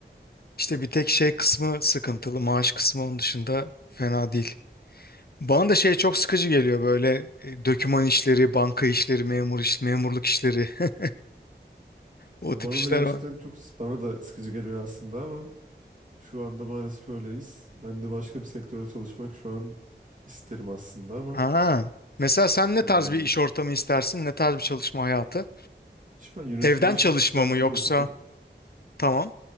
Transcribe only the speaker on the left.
işte bir tek şey kısmı sıkıntılı. Maaş kısmı onun dışında fena değil. Bana da şey çok sıkıcı geliyor böyle e, döküman işleri, banka işleri, memur iş, memurluk işleri. <laughs> O
tip
işler
var.
Ha. Mesela sen ne
tarz bir iş ortamı istersin? Ne tarz bir çalışma hayatı?
Evden
çalışma
mı yoksa?
Tamam.